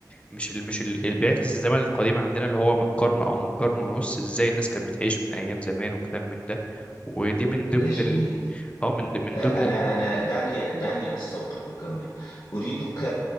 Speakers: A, on the left; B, on the left.
A: مش ال... مش ال... اللي بيعكس الزمن القديم عندنا اللي هو من قرن او من قرن ونص ازاي الناس كانت بتعيش من ايام زمان وكلام من ده ودي من ضمن
B: هذا جميل
A: ال... اه من ض- من
B: أنا
A: ضمن
B: أنا دعني دعني أستوقفك هنا أريدك